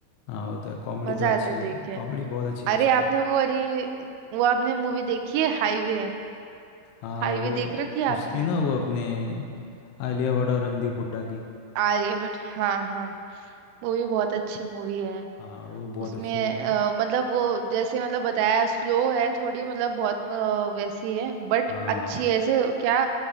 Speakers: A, on the left; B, on the right.
A: हाँ वो तो है कॉमेडी
B: मजा
A: तो अच्छी
B: आता है देख
A: है
B: के
A: कॉमेडी बहुत अच्छी है
B: अरे
A: उसकी
B: आपने वो वाली वो आपने मूवी देखी है हाईवे
A: हाँ
B: हाईवे
A: वो
B: देख रखी है आपने
A: उसकी ना वो अपने आलिया भट्ट और रणदीप हुड्डा की
B: आर्यभट्ट हाँ हाँ वो भी बहुत अच्छी मूवी है
A: हाँ वो भी बहुत
B: उसमें
A: अच्छी मूवी
B: अ,
A: है।
B: मतलब वो जैसे मतलब बताया स्लो है थोड़ी मतलब बहुत अ, वैसी है बट
A: हाँ
B: अच्छी है ऐसे क्या